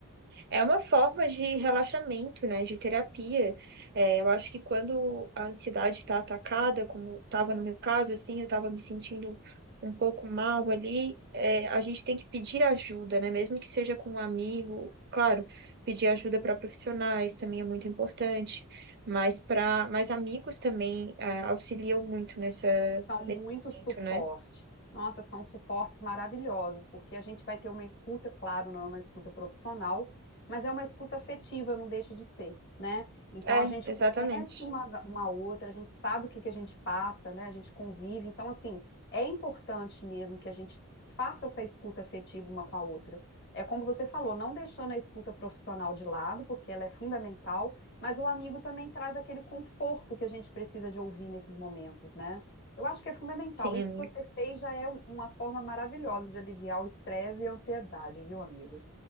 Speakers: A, on the right; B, on the left.
A: É uma forma de relaxamento, né, de terapia. É, eu acho que quando a ansiedade está atacada, como estava no meu caso, assim, eu estava me sentindo um pouco mal ali, é, a gente tem que pedir ajuda, né, mesmo que seja com um amigo. Claro, pedir ajuda para profissionais também é muito importante, mas para, mas amigos também é, auxiliam muito nessa,
B: São muito
A: nesse
B: suporte.
A: momento, né?
B: Nossa, são suportes maravilhosos, porque a gente vai ter uma escuta, claro, não é uma escuta profissional, mas é uma escuta afetiva, não deixa de ser, né? Então
A: É,
B: a gente
A: exatamente.
B: conhece uma, uma outra, a gente sabe o que que a gente passa, né? A gente convive. Então, assim, é importante mesmo que a gente faça essa escuta afetiva uma com a outra. É como você falou, não deixando a escuta profissional de lado, porque ela é fundamental, mas o amigo também traz aquele conforto que a gente precisa de ouvir nesses momentos, né? Eu acho que é fundamental.
A: Sim,
B: Isso
A: amiga.
B: que você fez já é um- uma forma maravilhosa de aliviar o estresse e a ansiedade, viu, amiga?